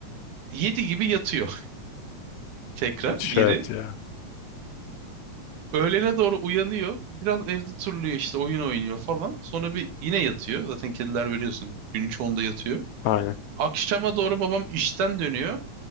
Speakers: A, on the right (about 90°); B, on the left (about 75°).
A: 7 gibi yatıyor <laughs> tekrar
B: Müthiş
A: geri.
B: hayat ya.
A: Öğlene doğru uyanıyor. Biraz evde turluyor işte oyun oynuyor falan. Sonra bir yine yatıyor. Zaten kediler biliyorsun günün çoğunda yatıyor.
B: Aynen.
A: Akşama doğru babam işten dönüyor.